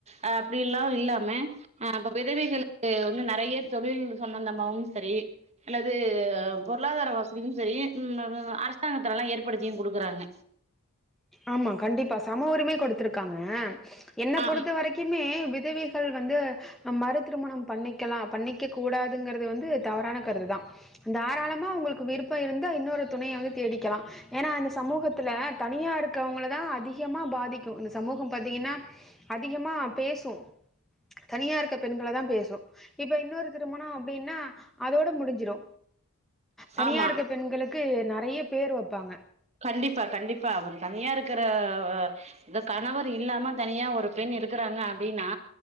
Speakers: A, on the right (about 30°); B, in the centre.
A: ஆ அப்டில்லா இல்லாம ஆ அப்ப விதவைகளுக்கு வந்து நறைய தொழில் சம்பந்தமாவும் சரி அல்லது பொருளாதார வசதியும் சரி ம் நனன அரசாங்கத்துலல்லா ஏற்படுத்தியு குடுக்கறாங்க
B: ஆமா கண்டிப்பா சம உரிமை கொடுத்திருக்காங்க என்ன
A: ஆ
B: பொறுத்த வரைக் திமாமி விதவிஹள் வந்து நம் மறு திருமணம் பண்ணிக்கலா பண்ணிக்க கூடாதுங்கறது வந்து தவறான கருது தா தாராளமா உங்கள்க்கு விருப்ப இருந்தா இன்னொரு துணைய வந்து தேடிக்கலா ஏனா அந்த சமூகத்துல தனியாரு க்கவங்கள தா அதிகமா பாதிக்கு இந்த சமூகம் பாத்தீங்கின்னா அதிகமா பேசு தனியா இருக்க பெண்கள தா பேசு இப்ப இன்னொரு திருமணோ அப்டின்னா அதோட முடிஞ்சிரு தனியா
A: ஆமா
B: இருக்க பெண்களுக்கு நறைய பேர் வப்பாங்க
A: கண்டிப்பா கண்டிப்பா அவரு தனியா இருக்கற இந்த கணவர் இல்லாம தனியா ஒரு பெண் இருக்கறாங்க அப்டின்னா